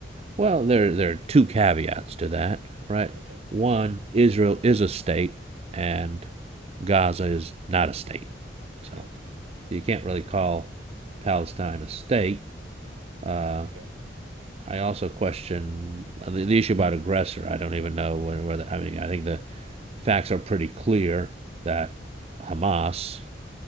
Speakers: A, on the right; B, on the right.
A: well, there there are two caveats to that, right?
B: Okay,
A: One, Israel is a state, and Gaza is not a state. So
B: yeah,
A: you can't really call Palestine a state. Uh,
B: okay.
A: I also question the, the issue about aggressor. I don't even know whether, I mean I think the facts are pretty clear that Hamas